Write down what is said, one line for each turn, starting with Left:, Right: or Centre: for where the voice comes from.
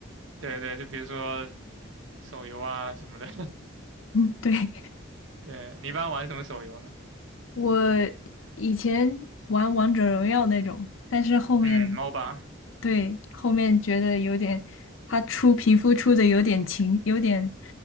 Right: 对对，就比如说手游啊什么的，
Left: 嗯，对，
Right: <laughs> 对，你一般玩什么手游呢？
Left: 我以前玩王者荣耀那种，但是后面，
Right: 嗯，MOBA。
Left: 对，后面觉得有点，他出皮肤出的有点勤，有点